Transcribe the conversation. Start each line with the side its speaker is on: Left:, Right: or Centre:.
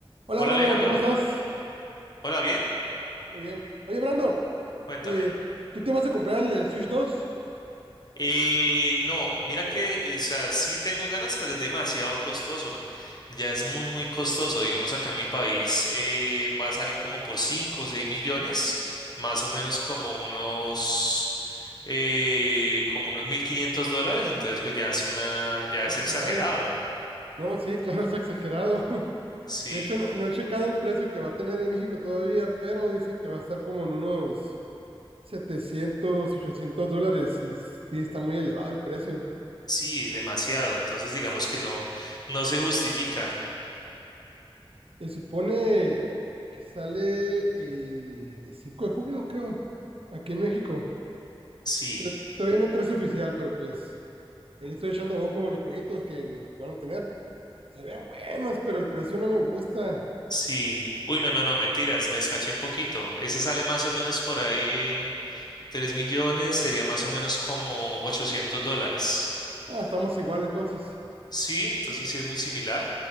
Right: Hola
Left: Hola
Right: Brandon,
Left: Alejandro,
Right: ¿cómo estás?
Left: hola, bien,
Right: Muy bien. Oye Brandon,
Left: cuéntame.
Right: eh, ¿tú te vas a comprar el, el Switch dos?
Left: Eh, no, mira que, eh, o sea, sí tengo ganas, pero es demasiado costoso. Ya es muy, muy costoso. Digamos, acá en mi país eh, va a salir como por 5 o 6 millones, más o menos como unos, eh, como unos 1.500 dólares. Entonces, pues ya es una, ya
Right: Ah,
Left: es exagerado.
Right: caray. No, sí, claro, es exagerado. <laughs>
Left: Sí,
Right: De hecho, no, no he checado el precio que va a tener en México todavía, pero dicen que va a estar como en unos setecientos, ochocientos dólares y sí está muy elevado el precio.
Left: sí, demasiado. Entonces, digamos que no, no se justifica.
Right: Se supone que sale el 5 de junio, creo, aquí en México.
Left: Sí.
Right: T- Todavía no hay precio oficial, pero pues ahí le estoy echando ojo a los jueguitos que que van a tener. Se ven buenos, pero el precio no me gusta.
Left: Sí. Uy, no, no, no, mentiras, me descaché un poquito. Ese sale más o menos por ahí en 3 millones, sería más o menos como 800 dólares.
Right: Ah, estamos igual entonces.
Left: Sí, entonces sí es muy similar,